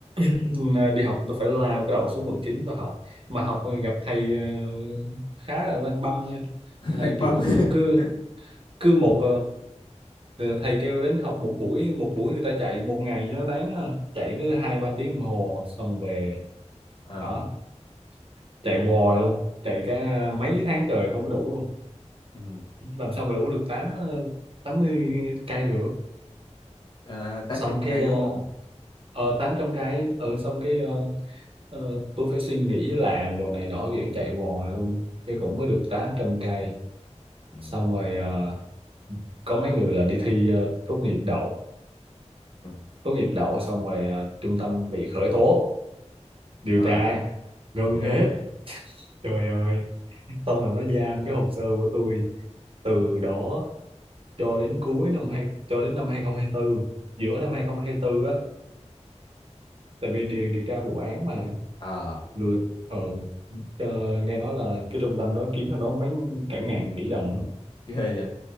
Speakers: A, on the right (about 50°); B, on the left (about 40°).
A: ờ, <clears throat> đi học tôi phải lao cái đầu xuống quận 9 tôi học mà học
B: <laughs>
A: gặp thầy ờ, khá là lăng băm nha thầy
B: lăn băm
A: kiểu
B: <laughs>
A: ờ, cứ cứ một ờ, thầy kêu đến học một buổi một buổi người ta chạy một ngày cho nó đáng ờ, chạy cứ hai ba tiếng đồng hồ xong về
B: ờ
A: đó chạy hoài luôn chạy cả mấy tháng trời không có đủ luôn
B: ừ.
A: làm sao mà đủ được tám ờ, tám mươi cây được
B: à, 800
A: xong
B: cây
A: cái ờ,
B: đúng không
A: ờ tám trăm cái ừ xong cái ờ, ờ, tôi phải suy nghĩ làm đồ này nọ kiểu chạy hoài luôn cái cũng mới được tám trăm cây
B: ừ.
A: xong rồi ờ, có mấy người là đi thi ờ, tốt nghiệp đậu
B: ừ.
A: tốt nghiệp đậu xong rồi ờ, trung tâm bị khởi tố điều
B: ờ
A: tra ngưng hết
B: ghê vậy.
A: trời ơi xong rồi nó giam cái hồ sơ của tôi từ đó cho đến cuối năm hai cho đến năm 2024 giữa năm 2024 á tại vì điều điều tra vụ án mà
B: ờ
A: lừa ờ ờ, nghe nói là cái trung tâm đó kiếm nó đó mấy cả ngàn tỷ đồng á
B: ghê vậy.